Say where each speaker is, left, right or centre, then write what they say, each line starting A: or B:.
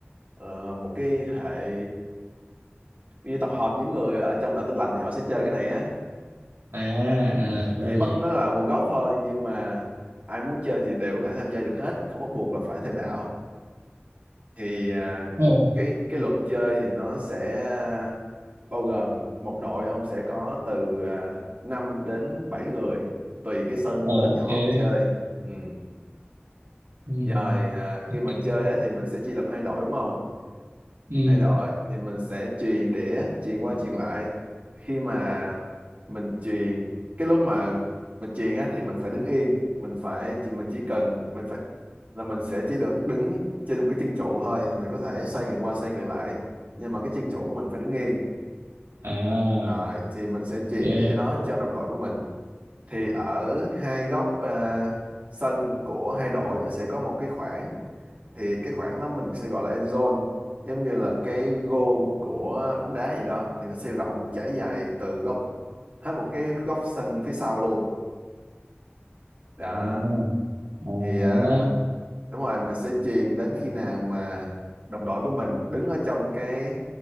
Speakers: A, on the right; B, on the right.
A: ờ, một cái hệ như tập hợp những người ở trong đạo tin lành thì họ sẽ chơi cái này á
B: À, à,
A: ừ.
B: ra
A: thì
B: là
A: bắt
B: vậy.
A: nó là nguồn gốc thôi nhưng mà ai muốn chơi thì đều có thể tham gia được hết không bắt buộc là phải theo đạo thì à,
B: Ồ,
A: cái cái luật chơi thì nó sẽ à, bao gồm một đội ông sẽ có từ à, 5 đến 7 người tùy cái sân
B: ok.
A: lớn nhỏ ông chơi ừ.
B: Ừ,
A: rồi à,
B: ok.
A: khi mà chơi á, thì mình sẽ chia làm hai đội đúng không
B: Ừ.
A: thay đổi thì mình sẽ truyền đĩa truyền qua truyền lại khi mà mình truyền cái lúc mà mình truyền á thì mình phải đứng yên mình phải chỉ mình chỉ cần mình phải là mình sẽ chỉ được đứng trên một cái chân trụ thôi thì mình có thể xoay người qua xoay người lại nhưng mà cái chân trụ của mình phải đứng yên
B: À,
A: rồi thì mình sẽ truyền
B: ok.
A: cái đĩa đó cho đồng đội của mình thì ở hai góc à, sân của hai đội nó sẽ có một cái khoảng thì cái khoảng đó mình sẽ gọi là end zone giống như là cái goal của bóng đá gì đó thì nó sẽ rộng trải dài từ góc hết một cái góc sân phía sau luôn đó
B: À, à,
A: thì à,
B: ngộ đó.
A: mình đúng rồi mình sẽ chuyền đến khi nào mà đồng đội của mình đứng ở trong cái